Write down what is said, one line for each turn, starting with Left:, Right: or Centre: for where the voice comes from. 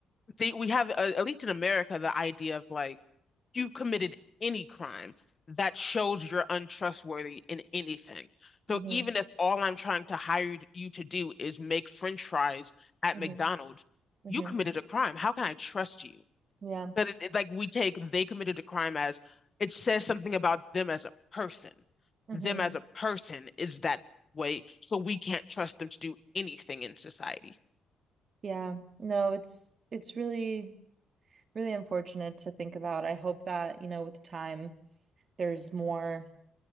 Left: they, we have, uh, at least in America, the idea of like you committed any crime that shows you're untrustworthy in anything. So
Right: Mm-hmm.
Left: even if all I'm trying to hire you you to do is make French fries at
Right: Mm-hmm.
Left: McDonald's, you
Right: Mm-hmm.
Left: committed a crime. How can I trust you?
Right: Yeah.
Left: But it, it- like we take they committed a crime as it says something about them as a person.
Right: Mm-hmm.
Left: Them as a person is that way, so we can't trust them to do anything in society.
Right: Yeah. No, it's it's really really unfortunate to think about. I hope that, you know, with time there's more,